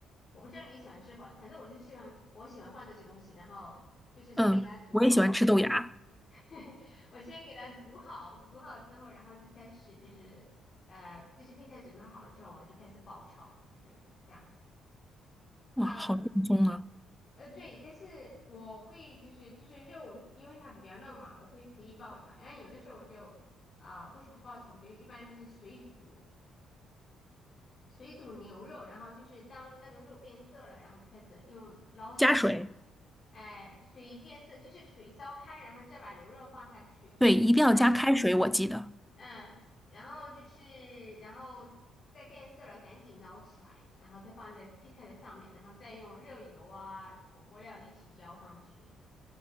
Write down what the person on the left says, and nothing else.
我不知道你喜欢吃不，反正我就是喜欢，我喜欢放这些东西，然后就是先给它煮好嘛。
<laughs> 我先给它煮好，煮好之后，然后就开始就是呃这些配菜准备好了之后，我就开始爆炒了，就是这样。
啊。
呃，对，但是我会就是就是肉，因为它比较嫩嘛，我会可以爆炒。然后有的时候我就啊、不想爆炒，我就一般就是水煮水煮牛肉，然后就是当那个肉变色了，然后就开始用捞起来，
哎、水变色就是水烧开，然后再把牛肉放下去，
然后
嗯，然后就是然后再变色了，赶紧捞起来，然后再放在配菜的上面，然后再用热油啊火锅料一起浇上去。